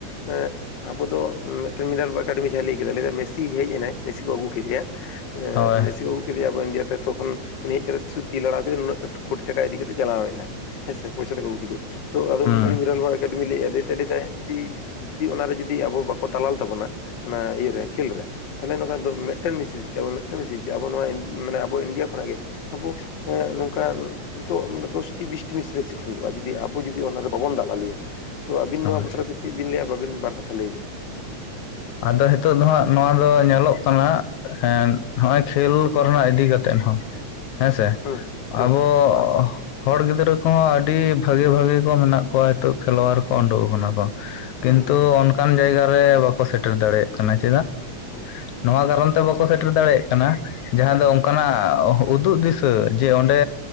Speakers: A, on the left; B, on the left.
A: ᱮᱸ ᱟᱵᱚ ᱫᱚ ᱢᱮᱫᱴᱮᱱ ᱢᱤᱰᱟᱞᱵᱟ ᱮᱠᱟᱰᱮᱢᱤ ᱡᱟᱦᱟᱸ ᱞᱮᱭ ᱠᱮᱫᱟᱭ ᱞᱮᱭᱫᱟᱭ ᱢᱮᱥᱤ ᱦᱮᱡ ᱮᱱᱟᱭ ᱢᱮᱥᱤ ᱠᱚ ᱟᱹᱜᱩ ᱠᱮᱫᱮᱭᱟ, ᱮᱸ
B: ᱦᱳᱭ
A: ᱢᱮᱥᱤ ᱠᱚ ᱟᱹᱜᱩ ᱠᱮᱫᱮᱭᱟ ᱟᱵᱚ ᱤᱱᱰᱤᱭᱟ ᱛᱮ ᱛᱚ ᱠᱷᱚᱱ ᱩᱱᱤ ᱦᱮᱡ ᱠᱟᱛᱮᱜ ᱥᱩᱫᱷᱩ ᱛᱤ ᱞᱟᱲᱟᱣ ᱠᱮᱫᱟᱭ ᱱᱩᱱᱟᱹᱜ ᱴᱩᱠ ᱠᱩᱲᱤ ᱴᱟᱠᱟᱭ ᱤᱫᱤ ᱠᱟᱛᱮᱜ ᱪᱟᱞᱟᱣ ᱮᱱᱟᱭ, ᱦᱮᱸᱥᱮ ᱯᱚᱭᱥᱟᱹ ᱛᱮᱠᱚ ᱟᱹᱜᱩ ᱠᱮᱫᱮᱭᱟ ᱛᱚ ᱟᱫᱚ
B: ᱦᱩᱸ
A: ᱩᱱᱤ ᱱᱤᱨᱟᱞᱵᱟ ᱮᱠᱟᱰᱮᱢᱤᱭ ᱞᱮᱭ ᱮᱜᱼᱟ ᱞᱮᱹᱭᱫᱟᱭ ᱞᱮ ᱫᱟᱭ ᱡᱩᱫᱤ ᱡᱩᱫᱤ ᱚᱱᱟᱨᱮ ᱡᱩᱫᱤ ᱟᱵᱚ ᱵᱟᱠᱚ ᱫᱟᱞᱟᱞ ᱛᱟᱵᱚᱱᱟ ᱚᱱᱟ ᱤᱭᱟᱹᱨᱮ ᱠᱷᱮᱞ ᱨᱮ ᱛᱟᱦᱚᱞᱮ ᱱᱚᱝᱠᱟ ᱫᱚ ᱢᱮᱜᱴᱮᱱ ᱢᱮᱤᱥ ᱫᱚ ᱪᱟᱜ ᱢᱮᱜᱴᱮᱱ ᱢᱤᱥᱮ ᱫᱚ ᱪᱟᱜ ᱟᱵᱚ ᱱᱚᱣᱟ ᱤᱱ ᱢᱟᱱᱮ ᱟᱵᱚ ᱤᱱᱰᱤᱭᱟ ᱠᱷᱚᱱᱟᱜ ᱜᱮ ᱟᱵᱚ ᱮᱸᱜ ᱱᱚᱝᱠᱟᱱ ᱱᱤᱛᱚᱜ ᱢᱟᱱᱮ ᱫᱚᱥᱴᱤ ᱵᱤᱥᱴᱤ ᱢᱮᱥᱤ ᱵᱤᱥᱤ ᱠᱚ ᱛᱩᱫᱩᱜᱼᱟ ᱡᱩᱫᱤ ᱟᱵᱚ ᱡᱩᱫᱤ ᱚᱱᱟ ᱨᱮ ᱵᱟᱵᱚᱱ ᱫᱟᱞᱟᱞᱤᱭᱟ, ᱛᱚ ᱟᱹᱵᱤᱱ
B: ᱦᱳᱭ
A: ᱱᱚᱣᱟ <unintelligible> ᱫᱚ ᱪᱮᱫ ᱵᱤᱱ ᱞᱟᱹᱭᱟ ᱟᱹᱵᱤᱱ ᱵᱟᱨ ᱠᱟᱛᱷᱟ ᱞᱟᱹᱞ‌ ᱵᱤᱱ ᱾
B: ᱟᱫᱚ ᱦᱮᱛᱚᱜ ᱫᱚ ᱦᱟᱸᱜ ᱱᱚᱣᱟ ᱫᱚ ᱧᱮᱞᱚᱜ ᱠᱟᱱᱟ ᱮᱸᱜ ᱦᱚᱜᱼᱚᱭ ᱠᱷᱮᱞ ᱠᱚᱨᱮᱱᱟᱜ ᱤᱫᱤ ᱠᱟᱛᱮᱫ ᱦᱚᱸ
A: <inaudible>
B: ᱦᱮᱸᱥᱮ
A: ᱦᱩᱸ
B: ᱟᱵᱚ ᱦᱚᱲ ᱜᱤᱫᱽᱨᱟᱹ ᱠᱚᱦᱚᱸ ᱟᱹᱰᱤ ᱵᱷᱟᱹᱜᱤ ᱵᱷᱟᱹᱜᱤ ᱠᱚ ᱢᱮᱱᱟᱜ ᱠᱚᱣᱟ ᱦᱮᱛᱚᱜ ᱠᱷᱮᱞᱳᱣᱟᱨ ᱠᱚ ᱩᱸᱰᱩᱠ ᱟᱠᱟᱱᱟ ᱠᱚ ᱾
A: ᱦᱩᱸ
B: ᱠᱤᱱᱛᱩ ᱚᱱᱠᱟᱱ ᱡᱟᱭᱜᱟ ᱨᱮ ᱵᱟᱠᱚ ᱥᱮᱴᱮᱨ ᱫᱟᱲᱮᱭᱟᱜ ᱠᱟᱱᱟ ᱪᱮᱫᱟᱜ?
A: ᱦᱢ ᱾
B: ᱱᱚᱣᱟ ᱠᱟᱨᱚᱱ ᱛᱮ ᱵᱟᱠᱚ ᱥᱮᱴᱮᱨ ᱫᱟᱲᱮᱭᱟᱜ ᱠᱟᱱᱟ ᱡᱟᱦᱟᱸ ᱫᱚ ᱚᱱᱠᱟᱱᱟᱜ
A: ᱦᱩᱸ
B: ᱩᱫᱩᱜ ᱫᱤᱥ ᱤᱟᱹ ᱡᱮ ᱚᱸᱰᱮ